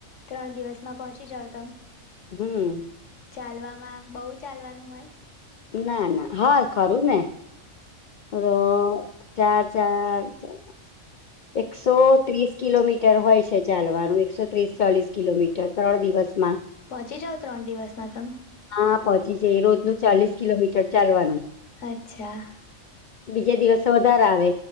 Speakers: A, on the left; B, on the left.
A: ત્રણ દિવસમાં પહોંચી જાવ તમ
B: હમ્મ
A: ચાલવામાં, બહુ ચાલવાનું હોય?
B: ના, ના, હા, ખરું ને? રો ચાર ચાર ચ એકસો ત્રીસ કિલોમીટર હોય છે ચાલવાનું, એકસો ત્રીસ- ચાલીસ કિલોમીટર, ત્રણ દિવસ બસ માં
A: પહોંચી જાવ ત્રણ દિવસમાં તમે
B: હા, પહોંચી જાય. એ રોજ નું ચાલીસ કિલોમીટર ચાલવાનું.
A: અચ્છા.
B: બીજા દિવસ વધારે આવે.